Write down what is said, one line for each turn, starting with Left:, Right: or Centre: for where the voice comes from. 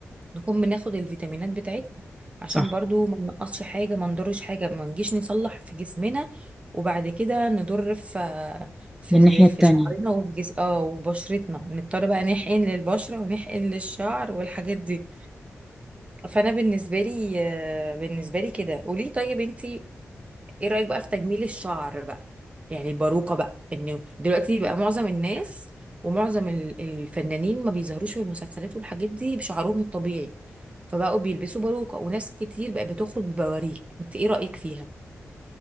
Right: نكون بناخد الفيتامينات بتاعتنا عشان
Centre: صح
Right: برضو ما ننقصش حاجة ما نضرش حاجة ما نجيش نصلح في جسمنا وبعد كده نضر في في
Centre: من الناحية
Right: في
Centre: التانية
Right: شعرنا وفي جس اه وبشرتنا نضطر بقى نحقن للبشرة ونحقن للشعر والحاجات دي فأنا بالنسبة لي آه، بالنسبة لي كده قولي طيب انتي ايه رأيك بقى في تجميل الشعر بقى يعني الباروكة بقى انه دلوقتي بقى معظم الناس ومعظم ال- الفنانين ما بيظهروش في المسلسلات والحاجات دي بشعرهم الطبيعي فبقوا بيلبسوا باروكة وناس كتير بقى بتخرج ببواريك انت ايه رأيك فيها